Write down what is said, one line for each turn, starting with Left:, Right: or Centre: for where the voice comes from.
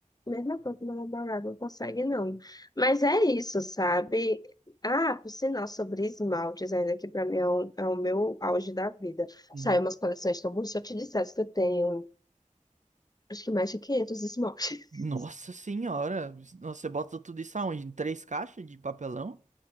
Left: Mesma coisa que meu namorado não consegue, não. Mas é isso, sabe? Ah, por sinal, sobre esmaltes, ainda que pra mim é, um- é o meu auge da vida.
Right: Uhum.
Left: Saiu umas coleções tão bonitas. Se eu te dissesse que eu tenho, acho que mais de 500 esmaltes. <laughs>
Right: Nossa senhora! Nossa, Você bota tudo isso aonde? Em três caixas de papelão?